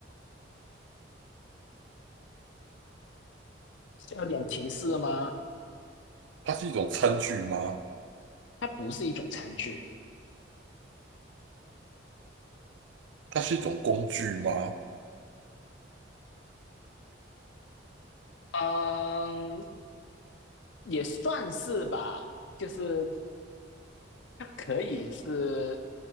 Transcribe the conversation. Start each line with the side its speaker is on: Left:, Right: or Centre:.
Left: 是有点提示吗？
Right: 它是一种餐具吗？
Left: 它不是一种餐具，
Right: 它是一种工具吗？
Left: 嗯，也算是吧，就是它可以是